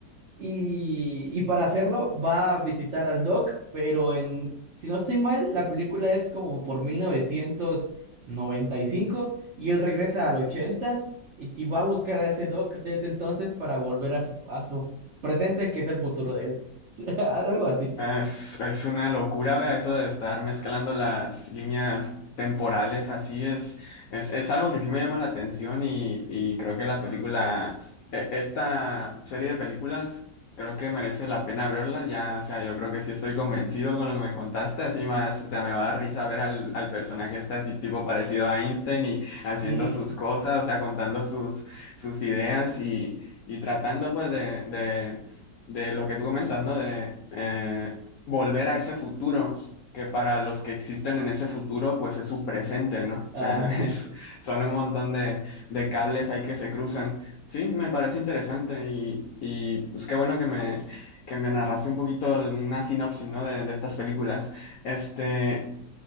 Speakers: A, on the right; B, on the left.
A: y, y para hacerlo va a visitar al Doc, pero en, si no estoy mal, la película es como por mil novecientos noventa y cinco y él regresa al 80 y, y va a buscar a ese Doc desde entonces para volver a su, a su presente, que es el futuro de él. <laughs> Algo así.
B: Ah, Es, es una locura, vea, eso de estar mezclando las líneas temporales, así es, es, es algo que sí me llama la atención y, y creo que la película, e- esta serie de películas, creo que merece la pena verla, ya, o sea, yo creo que sí estoy convencido con lo que me contaste, así más, o sea, me va a dar risa ver al, al personaje este así tipo parecido a Einstein y haciendo
A: Sí.
B: sus cosas, o sea, contando sus, sus ideas y, y tratando pues de, de lo que tú comentas, ¿no? De eh, volver a ese futuro, que para los que existen en ese futuro, pues es su presente, ¿no? O
A: Ajá.
B: sea, <laughs> es- son un montón de, de cables ahí que se cruzan. Sí, me parece interesante y, y pues qué bueno que me, que me narraste un poquito una sinopsis, ¿no? De, de estas películas. Este,